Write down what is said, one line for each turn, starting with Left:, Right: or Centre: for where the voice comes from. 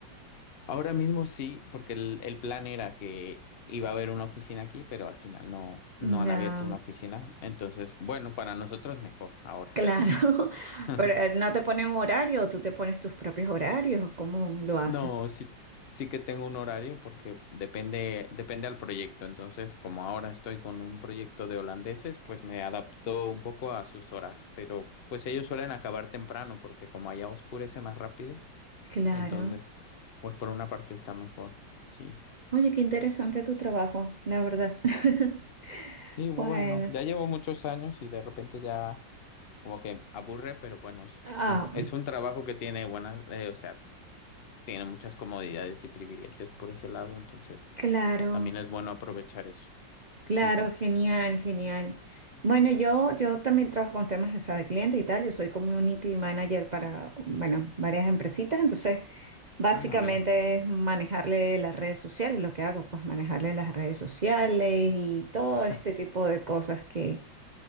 Left: <laughs> Ahora mismo sí, porque el, el plan era que iba a haber una oficina aquí, pero al final no, no
Right: Ya.
Left: han abierto una oficina. Entonces, bueno, para nosotros mejor ahora.
Right: Claro, <laughs>
Left: <laughs>
Right: pero eh, no te ponen un horario, tú te pones tus propios horarios, ¿cómo lo haces?
Left: No, sí, sí que tengo un horario porque depende, depende al proyecto. Entonces, como ahora estoy con un proyecto de holandeses, pues me adapto un poco a sus horas. Pero pues ellos suelen acabar temprano porque como allá oscurece más rápido,
Right: Claro.
Left: entonces, pues por una parte está mejor. Sí.
Right: Oye, qué interesante tu trabajo, la verdad. <laughs>
Left: Y bueno,
Right: Bueno,
Left: ya llevo muchos años y de repente ya como que aburre, pero bueno, es
Right: ah,
Left: un, es un trabajo que tiene buenas, eh, o sea, tiene muchas comodidades y privilegios por ese lado, entonces
Right: claro,
Left: también es bueno aprovechar eso.
Right: claro,
Left: Sí, sí.
Right: genial, genial.
Left: Mm.
Right: Bueno, yo, yo también trabajo con temas, o sea, de clientes y tal, yo soy community manager para, bueno, varias empresitas, entonces básicamente
Left: Ah, bien.
Right: es manejarle las redes sociales, lo que hago, pues manejarle las redes sociales y todo
Left: <laughs>
Right: este tipo de cosas que